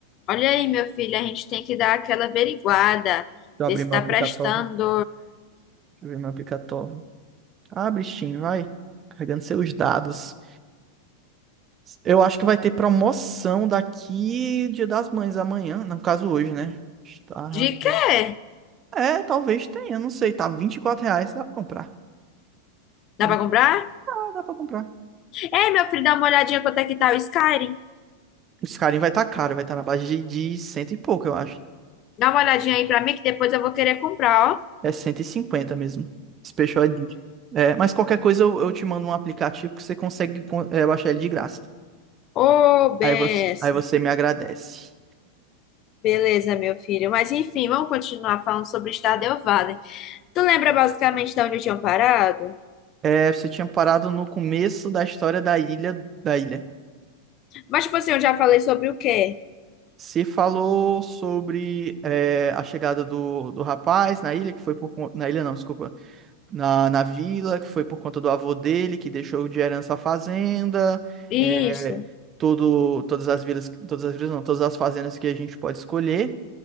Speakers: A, on the left; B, on the right.
A: Olha aí, meu filho, a gente tem que dar aquela averiguada,
B: eu abrir
A: ver se
B: meu
A: tá
B: aplicativo.
A: prestando.
B: Deixa eu ver meu aplicativo. Abre Steam, vai. Carregando seus dados. Eu acho que vai ter promoção daqui Dia das Mães amanhã. No caso, hoje, né? Estado.
A: De quê?
B: É, talvez tenha, não sei. Tá R$ 24 reais, dá pra comprar.
A: Dá
B: Vi-
A: pra comprar?
B: Ah, dá pra comprar.
A: Ei, meu filho, dá uma olhadinha quanto é que tá o Skyrim.
B: Esse carinho vai estar tá caro, vai estar tá na base de, de cento e pouco, eu acho.
A: Dá uma olhadinha aí pra mim que depois eu vou querer comprar, ó.
B: É 150 mesmo. Special Edition. É, mas qualquer coisa eu, eu te mando um aplicativo que você consegue con- é, baixar ele de graça.
A: Ô, benção.
B: Aí você, aí você me agradece.
A: Beleza, meu filho. Mas enfim, vamos continuar falando sobre Stardew Valley. Tu lembra basicamente de onde eu tinha parado?
B: É, você tinha parado no começo da história da ilha, da ilha.
A: Mas, tipo assim, eu já falei sobre o quê?
B: Você falou sobre é, a chegada do, do rapaz na ilha, que foi por conta. Na ilha não, desculpa. Na, na vila, que foi por conta do avô dele, que deixou de herança a fazenda.
A: Isso.
B: é, todo, todas as vilas, todas as vilas não, todas as fazendas que a gente pode escolher,